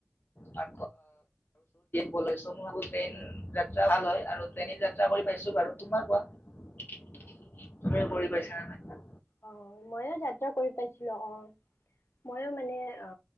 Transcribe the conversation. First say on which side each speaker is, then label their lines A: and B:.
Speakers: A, on the left; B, on the left.
A: ম ভাবন যাতা ভাল হয় আৰু ন যাত্ৰা কৰি পাইছো বাৰু তোমাৰ কোৱা তুমি কৰি পাইছা নে নাই,
B: অ ময়ো যাত্ৰা কৰি পাইছিলো অ ময়ো মানে অ